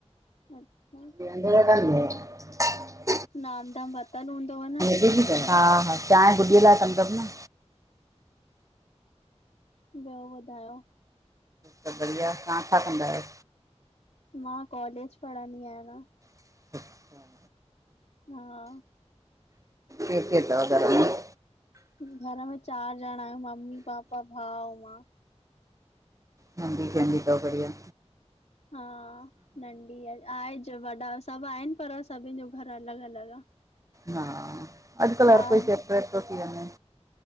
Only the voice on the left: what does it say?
अच्छा।
नाम दान वरतल हूंदव न?
ॿियो ॿुधायो।
मां कॉलेज पढ़ंदी आहियां अना।
हा।
घर में चार जणा आयूं। मम्मी पापा भाऊ मां।
हा नंढी आहे आहेज वॾा सभ आहिन, पर सभिन जो घर अलॻ अलॻ आ।
चार